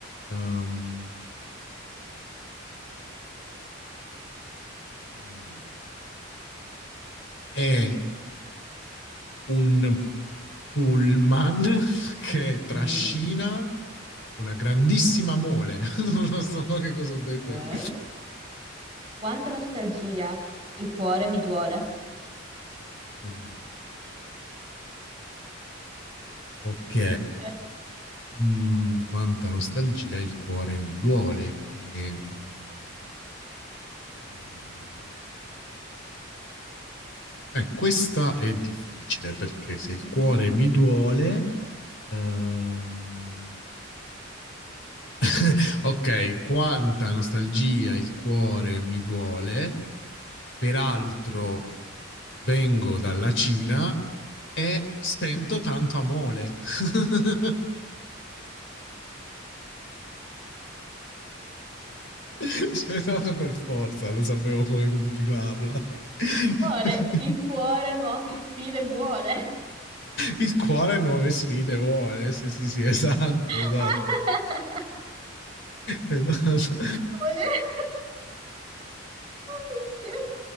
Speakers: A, on the left (about 60°); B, on the right (about 25°).
A: Ehm, mm. è un pullman <laughs> che
B: mm.
A: trascina
B: Mhm.
A: una grandissima mole. <laughs> Non lo so che cosa ho detto.
B: Ok. Quanta nostalgia, il cuore mi duole.
A: Mm, Ok.
B: <laughs>
A: Mm, quanta nostalgia, il cuore mi duole. E, mm, mm, eh, questa è difficile perché se
B: Mhm.
A: il cuore mi duole, ehm, <laughs> Ok, quanta nostalgia il cuore mi duole, peraltro vengo dalla Cina e sento tanto amore. <laughs> C'è stato per forza, non sapevo come continuarla. <laughs>
B: Vuole il cuore nuove sfide, vuole.
A: Il cuore nuove sfide vuole, sì, sì, sì, esatto,
B: <laughs>
A: esatto. Esatto.
B: Ole. <laughs> Oh mio Dio.